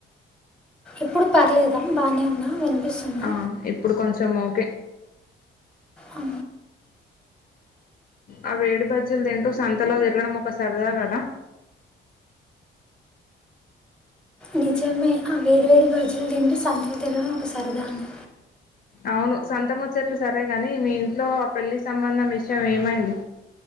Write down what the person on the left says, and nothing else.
ఆ ఇప్పుడు కొంచెం కొంచెం ఓకే
ఆ వేడి బజ్జీలు తింటూ సంతలో తిరగడం ఒక సరదా కదా
అవును సంతముచ్చట్లు సరే గాని మీ ఇంట్లో ఆ పెళ్లి సంబంధం విషయం ఏమైంది